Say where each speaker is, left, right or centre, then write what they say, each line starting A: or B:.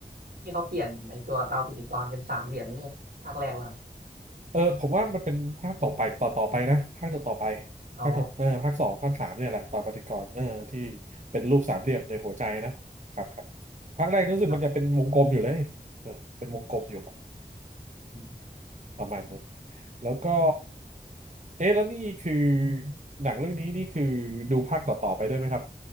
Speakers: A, on the right; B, on the right.
A: ที่เขาเปลี่ยนไอ้ตัวเตาปฏิกรณ์เป็นสามเหลี่ยมนี่ภาคแรกป่ะครับ
B: เออผมว่ามันเป็นภาคต่อไปต่อต่อไปนะภาคต่อต่อไป
A: อ๋อ
B: ภาคต่อเออภาคสองภาคสามเนี่ยแหละต่อปฏิกรณ์เออที่เป็นรูปสามเหลี่ยมในหัวใจนะครับครับภาคแรกรู้สึกมันจะเป็นวงกลมอยู่เลยเออเป็นวงกลมอยู่
A: ครับอืม
B: ประมาณนั้นแล้วก็เอ๊ะแล้วนี่คือหนังเรื่องนี้นี่คือดูภาคต่อต่อไปด้วยไหมครับ